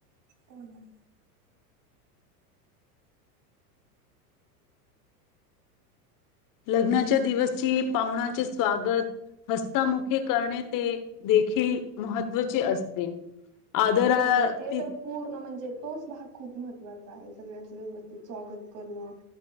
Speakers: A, on the right; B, on the left.
A: हो ना.
B: लग्नाच्या दिवसची पाहुणाचे स्वागत हस्तामुखे करणे ते देखील महत्त्वाचे असते. आदरा
A: हो हो
B: ती
A: ते तर पूर्ण म्हणजे तोच भाग खूप महत्त्वाचा आहे सगळ्यांचं व्यवस्थित स्वागत करणं